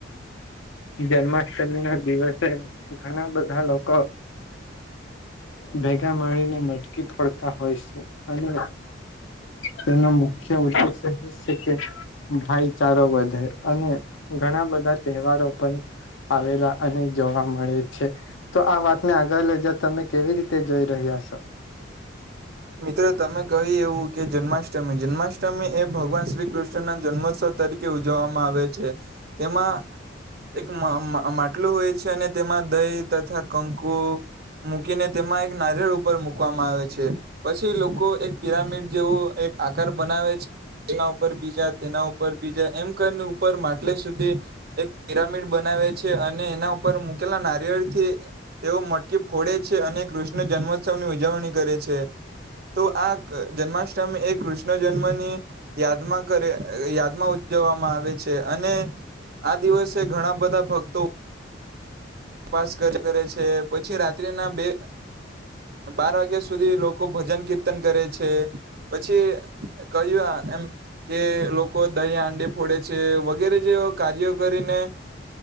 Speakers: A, on the left; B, on the right.
A: જન્માષ્ટમી ના દિવસે ઘણા બધા લોકો ભેગા મળીને મટકી ફડતા હોય છે અને તેનો મુખ્ય ઉદ્દેશ એ છે કે ભાઈચારો વધે અને ઘણા બધા તહેવારો પણ આવેલા અને જોવા મળે છે તો આ વાતને આગળ લઈ જ તમે કેવી રીતે જોઈ રહ્યા છો?
B: મિત્રો તમે કહી એવું કે જન્માષ્ટમી જન્માષ્ટમી એ ભગવાન શ્રી કૃષ્ણના જન્મોત્સવ તરીકે ઉજવવામાં આવે છે તેમાં એક માટલું હોય છે અને તેમાં દહી તથા કંકુ મૂકીને તેમાં એક નારિયળ ઉપર મૂકવામાં આવે છે. પછી લોકો એક પિરામિડ જેવું એક આકાર બનાવે છ તેના ઉપર બીજા તેના ઉપર બીજા એમ કર ઉપર માટલે સુધી એક પિરામિડ બનાવે છે અને એના ઉપર મૂકેલા નારિયેળ થી તેઓ મટકી ફોડે છે અને કૃષ્ણ જન્મોત્સવની ઉજવણી કરે છે. તો આ જન્માષ્ટમી એ કૃષ્ણ જન્મની યાદમાં કરે યાદમાં ઉજવવામાં આવે છે અને આ દિવસે ઘણા બધા ભક્તો ઉપાસ કરે છે પછી રાત્રિના બે બાર વાગ્યા સુધી લોકો ભજન કીર્તન કરે છે. પછી કહ્યું આ એમ તે લોકો દહીં આંડી ફોડે છે વગેરે જે કાર્ય કરીને